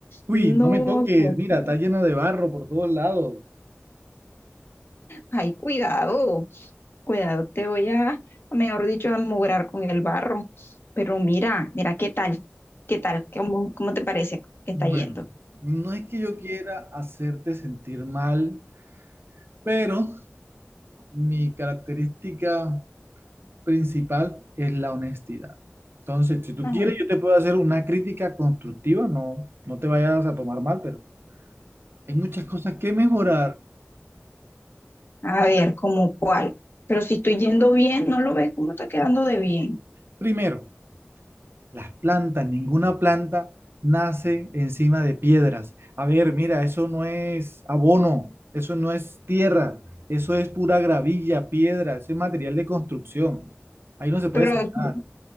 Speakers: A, on the right; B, on the left.
A: uy,
B: No,
A: no me toques,
B: Dios
A: mira,
B: mío.
A: está llena de barro por todos lados.
B: ay, cuidado, cuidado, te voy a, mejor dicho, a mugrar con el barro, pero mira, mira qué tal, qué tal, cómo, cómo te parece que está
A: Bueno,
B: yendo.
A: no es que yo quiera hacerte sentir mal, pero mi característica principal es la honestidad. Entonces, si tú
B: A
A: quieres, yo te puedo hacer una crítica constructiva, no, no te vayas a tomar mal, pero hay muchas cosas que mejorar.
B: ver, ¿como cuál? Pero si estoy yendo bien, no lo ves cómo está quedando de bien.
A: Primero, Las plantas, ninguna planta nace encima de piedras. A ver, mira, eso no es abono, eso no es tierra, eso es pura gravilla, piedra, eso es material de construcción. Ahí no se puede
B: Pero
A: sentar.
B: eso,